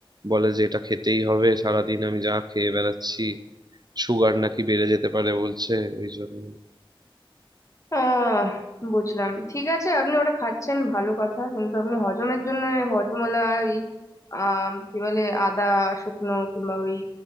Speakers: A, on the right (about 45°); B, on the left (about 35°).
A: বলে যে এটা খেতেই হবে সারাদিন আমি যা খেয়ে বেড়াচ্ছি সুগার নাকি বেড়ে যেতে পারে বলছে ওই জন্য
B: আহ বুঝলাম ঠিক আছে আপনি ওটা খাচ্ছেন ভালো কথা কিন্তু আপনি হজমের জন্য এই হজমলা এই আহ কি বলে আদা শুকনো কিংবা ওই